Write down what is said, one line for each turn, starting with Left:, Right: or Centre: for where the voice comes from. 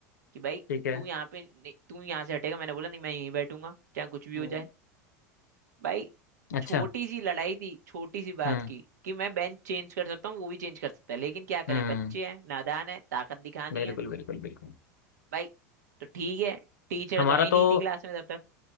Right: कि भाई
Left: ठीक है
Right: तू यहाँ पे नहीं- तू यहाँ से हटेगा मैंने बोला नहीं मैं यहीं बैठूंगा चाहे कुछ भी
Left: हम्म
Right: हो जाए भाई
Left: अच्छा
Right: छोटी सी लड़ाई थी छोटी सी बात
Left: हम्म
Right: की कि मैं बेंच चेंज कर सकता हूँ वो भी चेंज कर सकता है लेकिन क्या
Left: हम्म
Right: करें बच्चे हैं नादान है ताकत दिखानी
Left: बिल्कुल
Right: है
Left: बिल्कुल बिल्कुल
Right: भाई तो ठीक है टीचर
Left: हमारा
Right: तो आई नहीं
Left: तो
Right: थी क्लास में तब तक